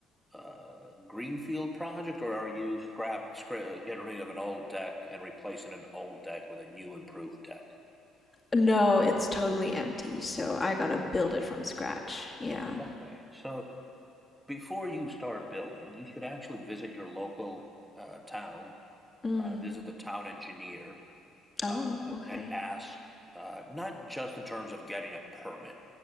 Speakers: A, in the centre; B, on the left.
A: uh, greenfield project, or are you scrap, scrap getting rid of an old deck and replacing an old deck with a new improved deck?
B: No, it's totally empty, so I gotta build it from scratch. Yeah.
A: Okay, so before you start building, you should actually visit your local uh, town,
B: Mm.
A: uh, visit the town engineer,
B: Oh,
A: uh,
B: okay.
A: and ask uh, not just in terms of getting a permit,